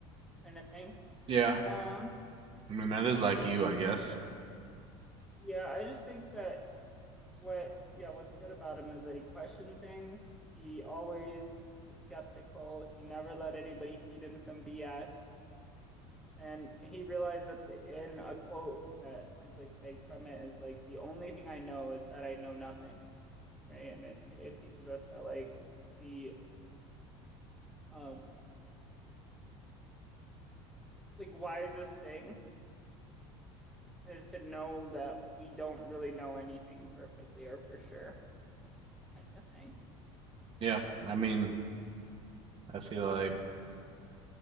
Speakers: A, in the centre; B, on the right.
A: kind of thing.
B: Yeah.
A: Um,
B: I mean, that is like you, I guess.
A: yeah, I just think that what yeah, what's good about him is that he questioned things. He always was skeptical. He never let anybody feed him some BS. and he realized that the, in a quote that is like begged from it is like the only thing I know is that I know nothing, right? And it it teaches us that like the uh, like wisest thing is to know that we don't really know anything perfectly or for sure, kind of thing. It's
B: Yeah, I mean, I feel like